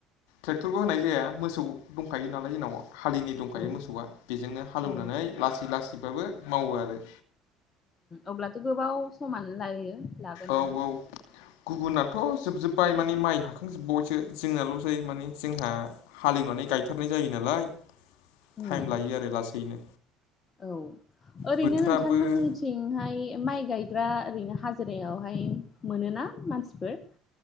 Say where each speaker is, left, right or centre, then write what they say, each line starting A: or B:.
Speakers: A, on the left; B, on the left.
A: ट्रेक्टरबो होनाय जाया मोसौ दं दंखायो नालाय जोंनाव हालिनि दंखायो
B: औ
A: मोसौआ बेजोंनो हालौवनानै
B: औ
A: लासै लासैबाबो मावो आरो
B: अब्लाथ' गोबाव समान लायो लागोनानो
A: औ औ गुबुनाथ' जोबजोब्बाय माने माइ हाखांजोबबावबायसो जोंनाल' जायो माने जोंहा हालेवनानै गायथारनाय जायो नालाय
B: उम
A: टाइम लायो आरो लासैनो
B: औ ओरैनो
A: बोथोराबो
B: नोंथांमोननि थि थिंहाय माइ गायग्रा ओरैनो हाजिरायावहाय मोनोना मानसिफोर